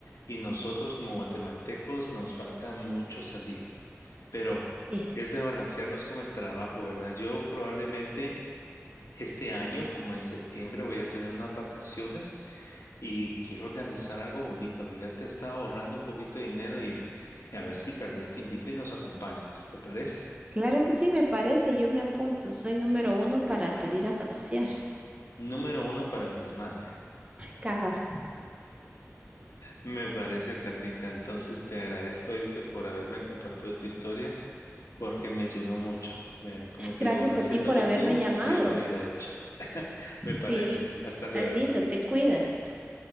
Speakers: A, on the left (about 80°); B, on the right (about 25°).
A: y nosotros como guatemaltecos nos falta mucho salir, pero
B: Sí.
A: es de balancearnos con el trabajo, ¿verdad? Yo probablemente... Este año, como en septiembre, voy a tener unas vacaciones y quiero organizar algo bonito. Fíjate, estaba ahorrando un poquito de dinero y, y a ver si tal vez te invito y nos acompañas. ¿Te parece?
B: Claro que sí, me parece, yo me apunto. Soy número uno para salir a pasear.
A: Número uno para el desmadre.
B: Cabal.
A: Me parece, Carlita. Entonces te agradezco, viste, por haberme compartido tu historia porque me llenó mucho. Me- como te
B: Gracias
A: digo, haciéndolo
B: a ti por haberme
A: tú
B: llamado.
A: como yo lo hubiera hecho. <laughs> Me parece.
B: Sí,
A: Hasta luego.
B: tan lindo, te cuidas.